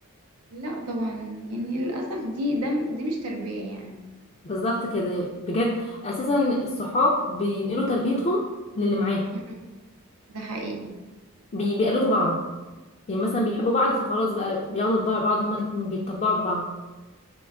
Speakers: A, on the right (about 85°); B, on the left (about 30°).
A: لا طبعا يعني للأسف دي ده دي مش تربية يعني
B: بالظبط كده بجد اساسا الصحاب بينقلوا تربيتهم للي معاه
A: <laughs> ده حقيقي
B: بي... بيقلدوا بعض يعني مثلا
A: صح
B: بيحبوا بعض فخلاص بقى بياخدوا طباع بعض هما الاتنين بيتطبعوا ببعض